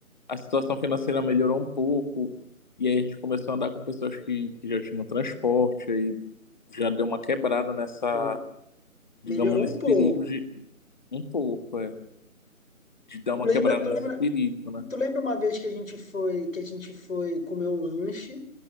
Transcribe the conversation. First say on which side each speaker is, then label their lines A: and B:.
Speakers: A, on the left (about 30°); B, on the left (about 65°).
A: a situação financeira melhorou um pouco, e aí a gente começou a andar com pessoas que, que já tinham transporte, aí já deu uma quebrada nessa,
B: Sim.
A: digamos,
B: Melhorou
A: nesse
B: um pouco.
A: perigo de um pouco, é, de dar uma
B: Tu lembra,
A: quebrada
B: tu
A: nesse
B: lembra,
A: perigo, né?
B: tu lembra uma vez que a gente foi, que a gente foi comer um lanche